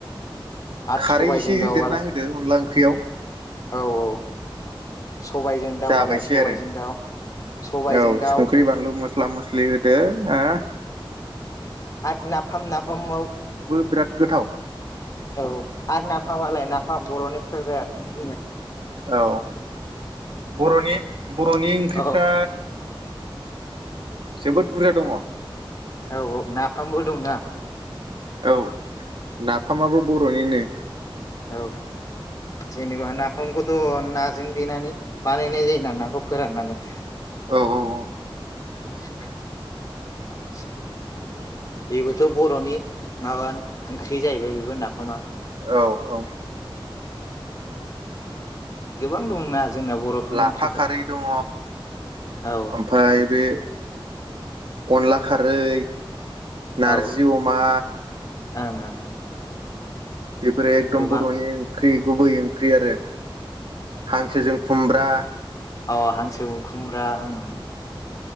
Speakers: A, on the left; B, on the right.
A: आरो
B: खारै
A: सबायजों
B: एसे
A: दाउआलाय
B: होदेरना होदो अनला ओंख्रियाव
A: औ - औ सबायजों दाउलाय
B: जाबायसै
A: सबायाइजों
B: आरो
A: दाउ सबायाइजों
B: औ
A: दाउ
B: संख्रि बानलु मस्ला मस्लि होदो ओ
A: आरो नाफाम नाफामाव
B: बिराद गोथाव
A: औ आरो नाफामालाय नाफ मा बर'नि फ्रेब्रेड।
B: औ बर'नि बर'नि ओंख्रिफ्रा।
A: औ
B: जोबोद बुरजा दङ
A: औ औ नाफामबो दंना
B: औ। नाफामाबो बर'निनो
A: औ जेनेबा नाफामखौथ' नाजों देनानै बानायनाय जायोना नाखौ फोराननानै
B: औ औ औ।
A: <inaudible> बेबोथ' बर'नि माबा ओंख्रि जाहैबाय बेबो नाफामा
B: औ औ
A: गोबां दंना जोंना बर'फोरनि
B: लाफा
A: ओंख्रिफ्रा
B: खारै दङ
A: औ
B: ओमफ्राय बे अनला खारै। नारजि
A: औ
B: अमा
A: ओं ओं
B: बेफोरो एकदम
A: गोबां
B: बर'नि ओंख्रि गुबै ओंख्रि आरो हांसोजों खुमब्रा
A: अ हांसो खुमब्रा ओं